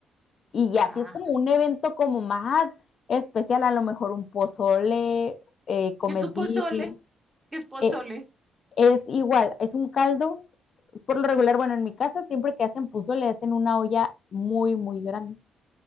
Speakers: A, on the left; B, on the right.
A: y ya,
B: Ah,
A: si es como un evento como más especial, a lo mejor un pozole, eh, comes
B: es su
A: birria,
B: pozole, que es pozole,
A: eh, es igual, es un caldo. Por lo regular, bueno, en mi casa siempre que hacen pozole hacen una olla muy, muy grande.